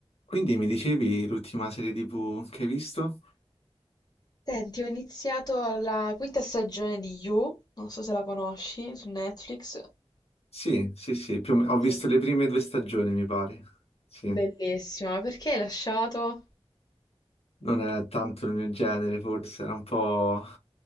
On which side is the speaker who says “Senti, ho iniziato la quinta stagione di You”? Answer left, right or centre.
Left